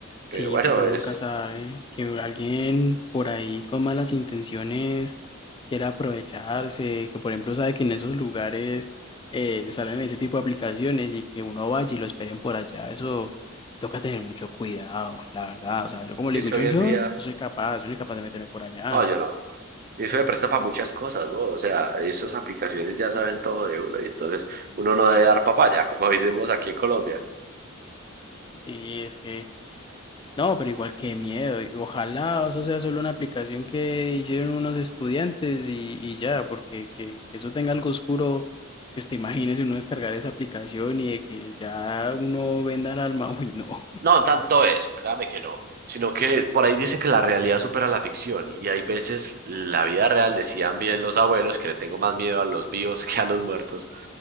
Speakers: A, on the right; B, on the left.
A: Pero
B: Sí,
A: bueno,
B: porque uno
A: es,
B: nunca sabe que alguien por ahí con malas intenciones quiera aprovecharse, que por ejemplo sabe que en esos lugares eh, salen ese tipo de aplicaciones y que uno vaya y lo esperen por allá, eso toca tener mucho cuidado, la verdad. O sea, yo como
A: es
B: le digo,
A: que
B: yo,
A: hoy
B: yo
A: en día
B: no soy capaz, yo no soy capaz de meterme por allá.
A: No, yo no. Eso se presta para muchas cosas, ¿no? O sea, esas aplicaciones ya saben todo de uno y entonces uno no debe dar papaya, como <laughs> decimos aquí en Colombia.
B: Sí, es que No, pero igual qué miedo. y Ojalá eso sea solo una aplicación que hicieron unos estudiantes y, y ya, porque que, que eso tenga algo oscuro, que te imagines uno descargar esa aplicación y de que ya uno venda el alma. <laughs> Uy, no.
A: No, no tanto eso, créame que no, sino que por ahí dicen que la realidad supera la ficción y hay veces la vida real, decían bien los abuelos, que le tengo más miedo a los vivos <laughs> que a los muertos,